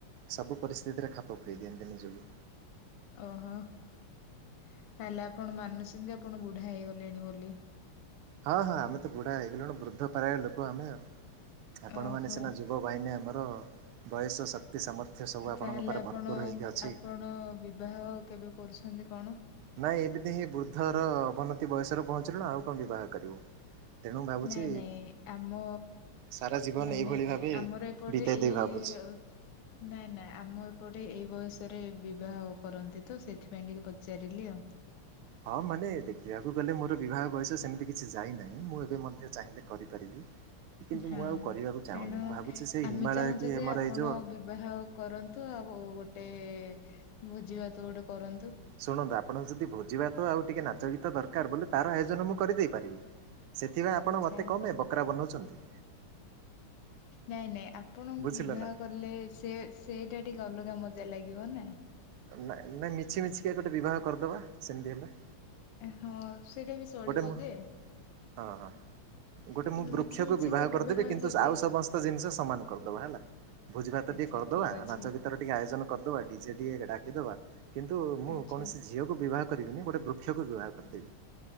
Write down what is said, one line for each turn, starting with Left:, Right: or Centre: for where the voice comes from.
Right: ସବୁ ପରିସ୍ଥିତିରେ ଖାପ ଖୁଏଇ ଦିଅନ୍ତି ନିଜକୁ।
Left: ଓହୋ ତାହଲେ ଆପଣ ମାନୁଛନ୍ତି ଆପଣ ବୁଢା ହେଇଗଲେଣି ବୋଲି।
Right: ହଁ, ହଁ ଆମେ ତ ବୁଢା ହେଇଗଲୁଣି ବୃଦ୍ଧପାରାୟେ ଲୋକ ଆମେ ଆଉ ଆପଣମାନେେ
Left: ଓହୋ
Right: ସିନା ଯୁ ଯୁବ ବାହିନୀ ଆମର ବୟସ, ଶକ୍ତି, ସମର୍ଥ୍ୟ ସବୁ ଆପଣଙ୍କ
Left: ତାହେଲେ
Right: ପାଖରେ
Left: ଆପଣ
Right: ଭରପୁର୍ ହୋଇକି ଅଛି।
Left: ଆପଣ ବିବାହ କେବେ କରୁଛନ୍ତି କଣ?
Right: ନାଇଁ ଏମିତି ହିଁ ବୃଦ୍ଧର ଅବର୍ନତି ବୟସରେ ପହଞ୍ଚିଲୁଣୁ, ଆଉ କଁ ବିବାହ କରିବୁ। ତେଣୁ ଭାବୁଛି
Left: ନାଇଁ ନାଇଁ ଆମ
Right: ସାରା ଜୀବନ
Left: ମାନେ
Right: ଏଇଭଳି ଭାବେ
Left: ଆମର ଏ ଏପଟେ
Right: ବିତେଇ
Left: ଏଇ
Right: ଦେଇ ଭାବୁଛି
Left: ଅ ନାଇଁ ନାଁ ଆମ ଏପଟେ ଏଇ ବୟସରେ ବିବାହ କରନ୍ତି ତ ସେଥିପାଇଁ ଟିକେ ପଚାରିଲି ଆଉ।
Right: ହଁ ମାନେ ଦେଖିବାକୁ ଗଲେ ମୋର ବିବାହ ବୟସ ସେମିତି କିଛି ଯାଇନାହିଁ, ମୁଁ ଏବେ ମଧ୍ୟ ଚାହିଁଲେ କରିପାରିବି। <inaudible>
Left: ହଁ
Right: ଆଉ କରିବାକୁ ଚାହୁଁନି
Left: ତେଣୁ
Right: ମୁଁ ଭାବୁଛି ସେଇ
Left: ଆମେ
Right: ହିମାଳୟ
Left: ଚାହୁଁଛୁ
Right: କି
Left: ଯେ
Right: ଆମର
Left: ଆପଣ
Right: ଏଇ ଯୋଉ
Left: ବି ବିବାହ କରନ୍ତୁ ଆଉ ଗୋଟେ ଭୋଜି ଭାତ ଗୋଟେ କରନ୍ତୁ।
Right: ଶୁଣନ୍ତୁ ଆପଣଙ୍କ ଯଦି ଭୋଜି ଭାତ ଆଉ ଟିକେ ନାଚ ଗୀତ ଦର୍କାର ବୋଲେ ତାର ଆୟୋଜନ ମୁଁ କରିଦେଇ ପାରିବି। ସେଥିପାଇଁ ଆପଣ
Left: ଆଚ୍ଛା।
Right: ମୋତେ କଁ ପାଇଁ ବକରା ବନଉଛନ୍ତି।
Left: ନାଇଁ ନାଇଁ ଆପଣଙ୍କୁ
Right: ବୁଝିଲ
Left: ବିବାହ
Right: ନା
Left: କ ହେଲେ ସେ ସେଇଟା ଟିକେ ଅଲଗା ମଜା ଲାଗିବ ନା।
Right: ନା ନାଇଁ ମିଛି ମିଛି କା ଗୋଟେ ବିବାହ କରିଦବା ସେମିତି ହେଲା।
Left: ହଁ ସେଇଟା ବି ଚଳିବ
Right: ମୁଁ
Left: ଯେ।
Right: ହଁ। ଗୋଟେ
Left: କିନ୍ତୁ
Right: ମୁଁ ବୃକ୍ଷକୁ
Left: ମିଛି ମିଛିକା
Right: ବିବାହ କରିଦେବି କିନ୍ତୁ
Left: ଯଦି
Right: ଆଉ ସମସ୍ତ ଜିନିଷ ସମାନ କରିଦବା ହେଲା। ଭୋଜି ଭାତ
Left: ଆଚ୍ଛା
Right: ଟିକେ କରିଦବା
Left: ଠିକ ଅଛି।
Right: ନାଚ ଗୀତର ଟିକେ ଆୟୋଜନ କରିଦବା ଡିଜେ ଟିକେ ଡାକିଦବା। କିନ୍ତୁ ମୁଁ
Left: ଆଚ୍ଛା।
Right: କୌଣସି ଝିଅକୁ ବିବାହ କରିବିନି ଗୋଟେ ବୃକ୍ଷକୁ ବିବାହ କରିଦେବି।